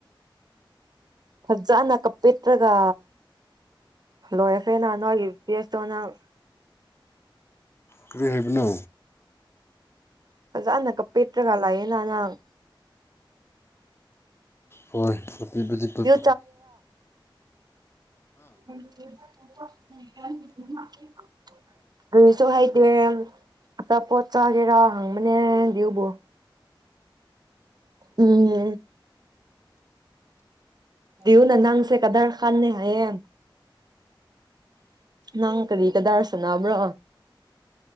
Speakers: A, on the right; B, on the left.
A: ꯐꯖꯅ ꯀꯞꯄꯤꯇ꯭ꯔꯒ ꯂꯣꯏꯔ꯭ꯈꯦꯅ ꯅꯣꯏꯒꯤ ꯄꯦꯁꯇꯣ ꯅꯪ
B: ꯀꯔꯤ ꯍꯥꯏꯕꯅꯣ
A: ꯐꯖꯥꯅ ꯀꯄꯦꯠꯇ꯭ꯔꯒ ꯂꯥꯛꯑꯦ ꯅꯍ ꯅꯪ
B: ꯍꯣꯏ ꯑꯄꯤꯄꯗꯤꯠ ꯄꯠ
A: ꯌꯨ <unintelligible> ꯑꯗꯨꯁꯨ ꯍꯩꯇꯦ ꯑꯆꯥꯄꯣꯠ ꯆꯥꯒꯦꯔꯥ ꯍꯪꯕꯅꯦ ꯕ ꯎꯝ ꯎ ꯅ ꯅꯥꯡꯁꯦ ꯀꯗꯥꯔ ꯈꯥꯟꯅꯦ ꯍꯥꯏꯌꯦ ꯅꯪ ꯀꯔꯤ ꯀꯗꯥꯔꯁꯅꯥꯕ꯭ꯔꯣ